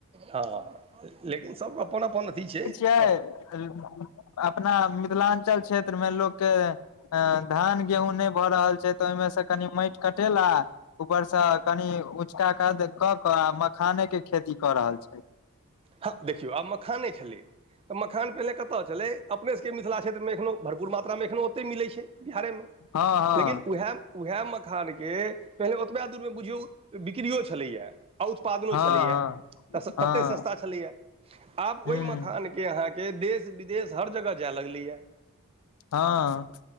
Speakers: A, on the right; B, on the left.
A: हँ। लेकिन सबके अपन अपन अथि छै।
B: त।
A: हँ
B: अपना मिथिलाञ्चल क्षेत्रमे लोकके। ह धान गेहूँ नहि भ रहल छै त ओहिमे से कनि माटि कटेला ऊपरसँ कनि ऊँचका कद क क आ मखाने के खेती क रहल छैथ।
A: हँ देखियौ आब मखाने छलै। त मखान पहिने कतय छलै अपने सभके मिथिला क्षेत्रमे एखनोहु भरपुर मात्रामे एखनहु ओतहि मिलै छै बिहारेमे।
B: हँ हँ
A: लेकिन वैह। वैह मखानके पहिले ओतबे दूरमे बुझियौ बिक्रियो छलैये। आ उत्पादनो
B: हँ
A: छलैये
B: हँ
A: त
B: हँ
A: कते सस्ता छलैये आब
B: हूँ
A: ओहि मखान के अहां के देश विदेश हर जगह जाय लगलैये।
B: हँ।